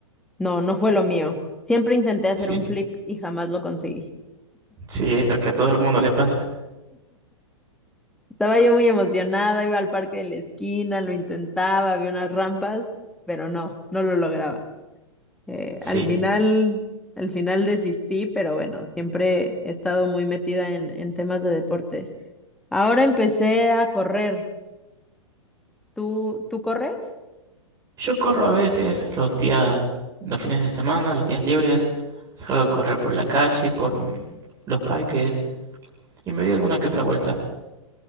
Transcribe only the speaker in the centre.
no, no fue lo mío. Siempre intenté hacer
un flip y jamás lo conseguí.
Estaba yo muy emocionada, iba al parque de la esquina, lo intentaba, había unas rampas, pero no, no lo lograba. Eh,
al final, al final desistí, pero bueno, siempre he estado muy metida en, en temas de deportes. Ahora empecé a correr. ¿Tú, tú corres?
No.